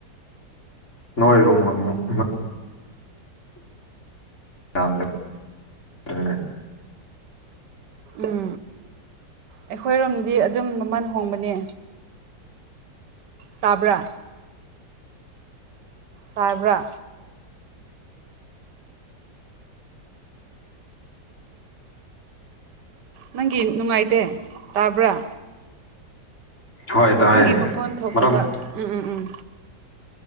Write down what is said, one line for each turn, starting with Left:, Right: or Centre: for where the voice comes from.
Left: ꯅꯣꯏꯔꯣꯝ <unintelligible> <inaudible>
Right: ꯎꯝ ꯑꯩꯈꯣꯏꯔꯣꯝꯗꯗꯤ ꯑꯗꯨꯝ ꯃꯃꯜ ꯍꯣꯡꯕꯅꯦ ꯇꯥꯕ꯭ꯔꯥ ꯇꯥꯏꯕ꯭ꯔꯥ ꯅꯪꯒꯤ ꯅꯨꯡꯉꯥꯏꯇꯦ ꯇꯥꯕ꯭ꯔꯥ
Left: ꯍꯣꯏ ꯇꯥꯏ
Right: ꯅꯪꯒꯤ ꯃꯈꯣꯟ ꯊꯣꯛꯇꯕ
Left: ꯃꯔꯝ
Right: ꯎꯝ ꯎꯝ ꯎꯝ